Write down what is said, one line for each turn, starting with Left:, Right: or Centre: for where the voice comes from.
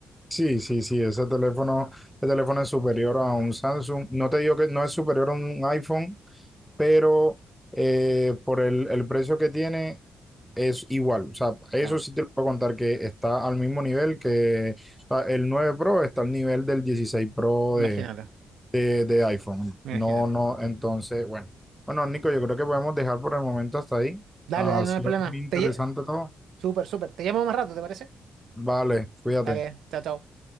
Centre: Sí, sí, sí, ese teléfono, el teléfono es superior a un Samsung. No te digo que no es superior a un iPhone, pero eh, por el, el precio que tiene es igual. O sea, eso
Right: Claro,
Centre: sí te lo puedo contar que está al mismo nivel que o sea, el 9 Pro está al nivel del dieciséis Pro
Right: imagínate,
Centre: de, de, de iPhone.
Right: imagínate.
Centre: No, no, entonces, bueno. Bueno, Nico, yo creo que podemos dejar por el momento hasta ahí.
Right: Dale,
Centre: Ha
Right: dale,
Centre: sido
Right: no hay problema.
Centre: muy interesante
Right: Te, lle-
Centre: todo.
Right: súper, súper. Te llamo más rato, ¿te parece?
Centre: Vale, cuídate.
Right: Dale, chao, chao.